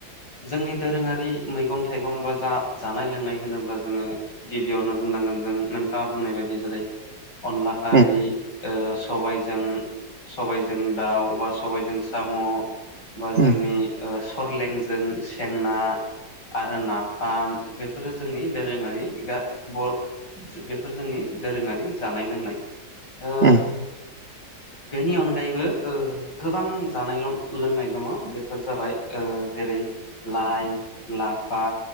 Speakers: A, on the left; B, on the right.
A: जोंनि दोरोङारि मैगं थाइगं बा जा जानाय लोंनाय होनोब्ला जोंङो गिबियावनो बुंनांगोन जों नोंथाङा बुंनाय बायदि जेरै अनलाखारि
B: उम
A: ओ सबायजों सबायजों दाउ बा सबायजों साम' बा
B: उम
A: जोंनि ओ सरलेंजों सेंना आरो नाफाम बेफोरो जोंनि दोरोङारि गा ब थिग बेफोर जोंनि दोरोङारि जानाय लोंनाय। ओ
B: उम।
A: बेनि अनगायैबो ओ गोबां जानाय लोंनाय दङ बेफोर जाबाय ओ जेरै लाइ लाफा